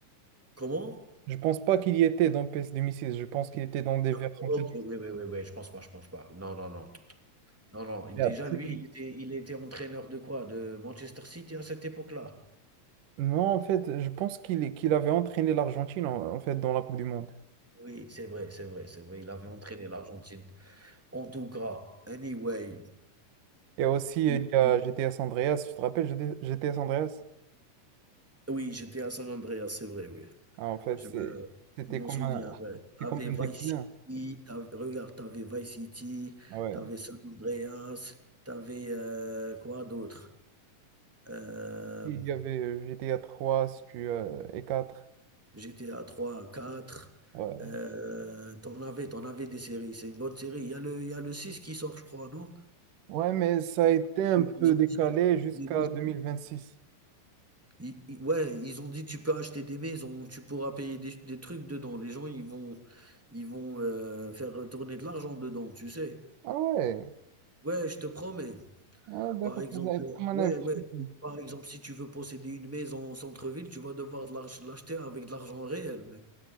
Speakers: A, in the centre; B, on the right (about 70°).
A: Comment?
B: Je pense pas qu'il y était dans PS six. Je pense qu'il était dans des
A: Non,
B: versions
A: OK,
B: très...
A: oui, oui, oui, oui, je pense pas, je pense pas. Non, non, non. Non, non,
B: Et
A: déjà
B: après-
A: lui, il était il était entraîneur de quoi? De Manchester City à cette époque-là?
B: Non, en fait, je pense qu'il est- qu'il avait entraîné l'Argentine en, en fait dans la Coupe du Monde.
A: Oui, c'est vrai, c'est vrai, c'est vrai, il avait entraîné l'Argentine. En tout cas, anyway
B: Et aussi, il
A: et puis
B: y a GTA San Andreas. Tu te rappelles GT- GTA San Andreas?
A: oui, j'étais à San Andreas, c'est vrai, oui.
B: Ah, en fait,
A: Je
B: c'est-
A: me
B: c'était
A: je m'en
B: comme
A: souviens,
B: un,
A: ouais.
B: c'était
A: T'avais
B: comme un
A: Vice
B: déclin.
A: City, tu regarde, t'avais Vice City,
B: Ah Ouais.
A: t'avais San Andreas, t'avais avais, quoi d'autre? Euh,
B: Il y avait euh, GTA trois si tu, euh, et 4.
A: GTA trois 4.
B: Ouais.
A: Euh, t'en avais, t'en avais des séries. C'est une bonne série. Il y a le, il y a le 6 qui sort, je crois, non?
B: Ouais, mais ça a été un peu
A: Ils ont
B: décalé
A: dit, tu peux acheter
B: jusqu'à
A: des maisons.
B: 2026.
A: Ils, ils- ouais, ils ont dit, tu peux acheter des maisons, tu pourras payer des, des trucs dedans. Les gens, ils vont, ils vont euh, faire retourner de l'argent dedans, tu sais?
B: Ah ouais.
A: Ouais, je te promets.
B: Ouais, d'accord,
A: Par exemple,
B: ça va être
A: heu,
B: comme un
A: ouais,
B: investissement.
A: ouais, tu par exemple, si tu veux posséder une maison au centre-ville, tu vas devoir de l'arch l'acheter avec de l'argent réel, mec.